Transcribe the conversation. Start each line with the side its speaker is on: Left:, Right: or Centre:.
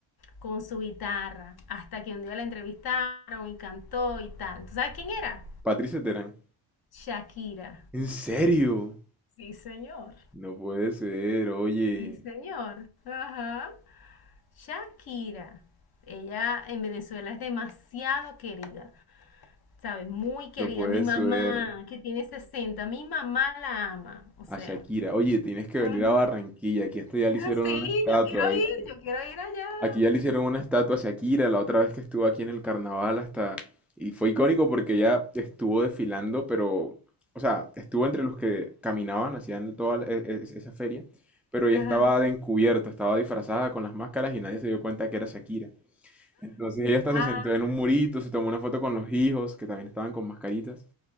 Left: con su guitarra hasta que un día la entrevistaron y cantó y tal. ¿Tú sabes quién era?
Centre: Patricia Terán.
Left: Shakira.
Centre: ¿En serio?
Left: Sí, señor.
Centre: No puede ser, oye.
Left: Sí, señor. Ajá. Shakira. Ella en Venezuela es demasiado querida, ¿sabes? Muy querida.
Centre: No puede
Left: Mi mamá,
Centre: ser.
Left: que tiene 60, mi mamá la ama. O sea.
Centre: A Shakira. Oye, tienes que venir
Left: ujú.
Centre: a Barranquilla. Aquí hasta
Left: <laughs>
Centre: ya
Left: Ah,
Centre: le hicieron
Left: Sí,
Centre: una estatua,
Left: yo quiero
Centre: ¿oíste?
Left: ir, yo quiero ir allá.
Centre: Aquí ya le hicieron una estatua a Shakira la otra vez que estuvo aquí en el carnaval hasta... Y fue icónico porque ya estuvo desfilando, pero... O sea, estuvo entre los que caminaban, hacían toda la- e- e- esa feria, pero ella
Left: Ajá.
Centre: estaba de encubierta, estaba disfrazada con las máscaras y nadie se dio cuenta que era Shakira. Entonces ella hasta
Left: Ah,
Centre: se sentó en un murito, se tomó una foto con los hijos, que también estaban con mascaritas.